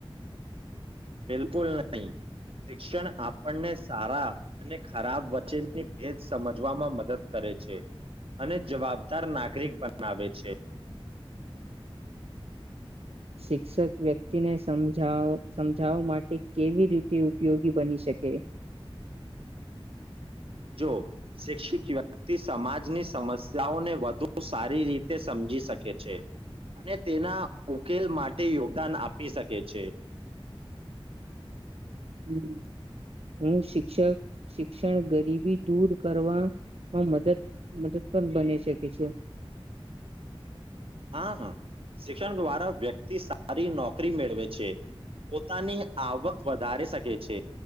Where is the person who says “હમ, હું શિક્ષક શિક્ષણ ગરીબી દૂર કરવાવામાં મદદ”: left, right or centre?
Right